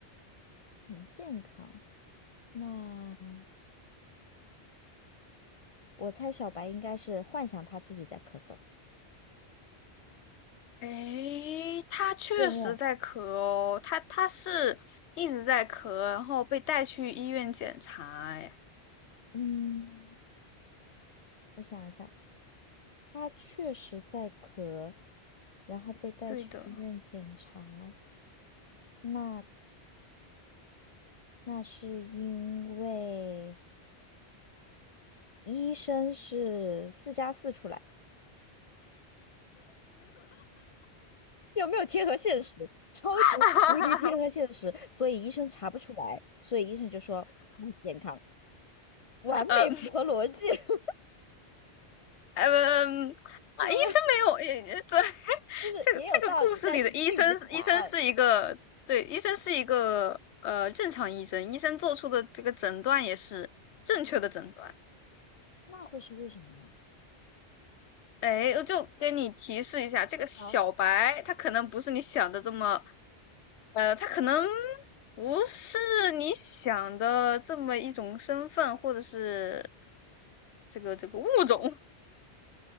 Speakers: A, on the left; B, on the left.
A: 很健康。那我猜小白应该是幻想他自己在咳嗽。
B: 嗯，诶，他确实在咳哦，
A: 有
B: 他他是一直在咳，然后被带去医院检查哎，
A: 嗯，我想一下，他确实在咳，然后被带去医院检查。
B: 对的。
A: 那那是因为医生是四加四出来。有没有贴合现实？超级无敌贴合现实，
B: <laughs>
A: 所以医生查不出来，所以医生就说很健康，完美符合逻辑，
B: 呃，
A: <laughs>
B: 嗯，啊，
A: 有没有？
B: 医生没有，呃对，<laughs>
A: 就是也有道理，
B: 这个这个故事里的医生，
A: 但是并不是答案。
B: 医生是一个，对，医生是一个呃正常医生，医生做出的这个诊断也是正确的诊断。
A: 那会是为什么呢？
B: 哎，我就给你提示一下，这个小白他可能不是你想的这么，
A: 啊，
B: 呃，他可能不是你想的这么一种身份，或者是这个这个物种，